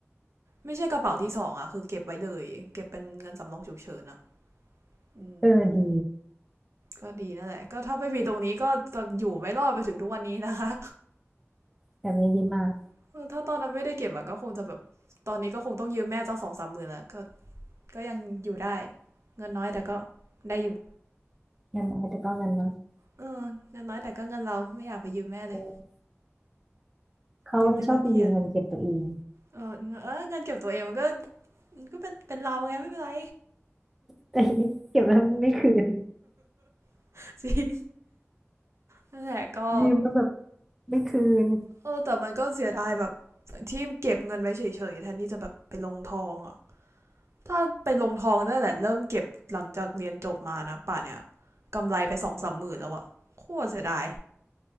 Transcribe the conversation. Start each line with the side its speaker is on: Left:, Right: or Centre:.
Right: ไม่ใช่กระเป๋าที่สองอ่ะคือเก็บไว้เลยเก็บเป็นเงินสำรองฉุกเฉินอ่ะอืม
Centre: เออดี
Right: ก็ดีนั่นแหละก็ถ้าไม่มีตรงนี้ก็จะอยู่ไม่รอดไปถึงทุกวันนี้นะคะ
Centre: แบบนี้ดีมาก
Right: <laughs> ถ้าตอนนั้นไม่ได้เก็บอะก็คงจะแบบตอนนี้ก็คงต้องยืมแม่เจ้าสองสามหมื่นแล้วก็ก็ยังอยู่ได้เงินน้อยแต่ก็ได้อยู่
Centre: เงินน้อยแต่ก็เงินน้อย
Right: เออเงินน้อยแต่ก็เงินเราไม่อยากไปยืมแม่เลย
Centre: เออเขาเนี่ยชอบไปยืมเงินเก็บตัวเอง
Right: ยืมแม่แล้วเครียดเออเออเงินเก็บตัวเองมันก็ก็เป็นเป็นเราไงไม่เป็นไร
Centre: แต่ <laughs> เก็บแล้วไม่คืน
Right: <laughs> จริงนั่นแหละก็
Centre: ยืมแล้วแบบไม่คืน
Right: เออแต่มันก็เสียดายแบบที่เก็บเงินไว้เฉยๆแทนที่จะแบบไปลงทองอะ ถ้าไปลงทองได้แหละเริ่มเก็บหลังจากเรียนจบมานะป่านเนี่ยกำไรไปสองสามหมื่นแล้วอะโคตรเสียดาย